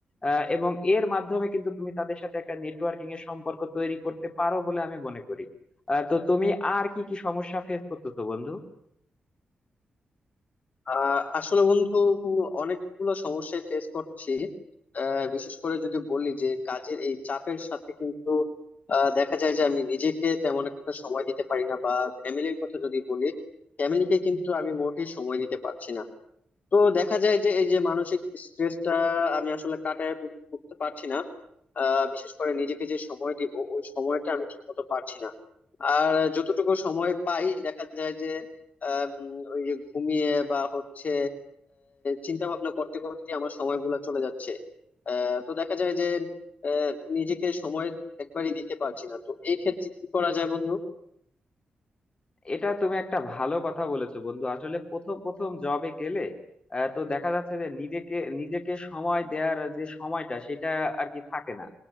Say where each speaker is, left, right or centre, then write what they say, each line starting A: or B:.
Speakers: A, on the left; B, on the left.
A: আহ, এবং এর মাধ্যমে কিন্তু তুমি তাদের সাথে একটা নেটওয়ার্কিং এর সম্পর্ক তৈরি করতে পারো বলে আমি মনে করি আহ, তো তুমি আর কি কি সমস্যা ফেস করতেছো বন্ধু
B: আহ আসলে বন্ধু অনেকগুলো সমস্যায় ফেস করছি আহ, বিশেষ করে যদি বলি যে কাজের এই চাপের সাথে কিন্তু আহ, দেখা যায় যে আমি নিজেকে তেমন একটা সময় দিতে পারি না বা ফ্যামিলির কথা যদি বলি ফ্যামিলিকে কিন্তু আমি মোটেই সময় দিতে পারছি না তো দেখা যায় যে এই যে মানসিক স্ট্রেসটা আমি আসলে কাটায় তুল- উঠতে পারছি না আহ, বিশেষ করে নিজেকে যে সময় দিব ওই সময়টা আমি ঠিক মতো পারছি না আর যতটুকু সময় পাই দেখা যায় যে আম, ওই যে ঘুমিয়ে বা হচ্ছে চিন্তা ভাবনা করতে করতে আমার সময়গুলো চলে যাচ্ছে আহ, তো দেখা যায় যে আহ, নিজেকে সময় একবারই দিতে পারছি না তো এই ক্ষেত্রে কি করা যায় বন্ধু
A: এটা তুমি একটা ভালো কথা বলেছো বন্ধু আসলে প্রথম প্রথম জবে গেলে আহ, তো দেখা যাচ্ছে যে নিজেকে নিজেকে সময় দেওয়ার যে সময়টা সেটা আর কি থাকে না